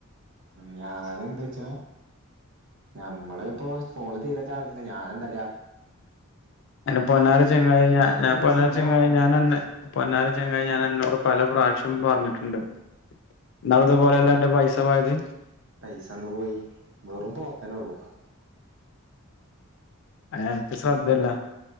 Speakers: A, on the right; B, on the left.
A: ഞാനെന്താച്ചാ ഞമ്മള്പ്പോ ഫോണ്ൽ തീരെചാർജ് ഞാനെന്താ
B: അയ്ന് പൊന്നാര ചെങ്ങായെ ഞാൻ
A: നെലത്ത്
B: പൊന്നാര
A: സിമ്മ്
B: ചെങ്ങായെ
A: മാത്രണ്ട്
B: ഞാനന്നെ പൊന്നാര ചങ്ങായെ ഞാൻ അന്നോട് പല പ്രാ ശ്യം പറഞ്ഞിട്ട്ണ്ട് ഇന്നാളിതുപോലല്ലേ അന്റെ പൈസ പോയത്
A: പൈസന്ന് പോയി വെറും പോക്കന്നൊള്ളു
B: അയ്ന് അൻക്ക് ശ്രദ്ധല്ല
A: ഇനിയിപ്പോ